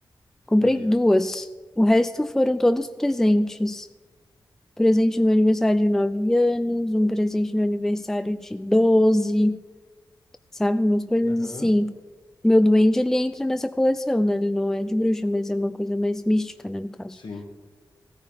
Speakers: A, in the centre; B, on the left (about 65°).
A: Comprei
B: aí, ó.
A: duas. O resto foram todos presentes. Presente no aniversário de 9 anos, um presente no aniversário de 12, sabe? Umas coisas
B: Aham,
A: assim. Meu duende, ele entra nessa coleção, né? Ele não é de bruxa, mas é uma coisa mais mística, né, no caso.
B: sim.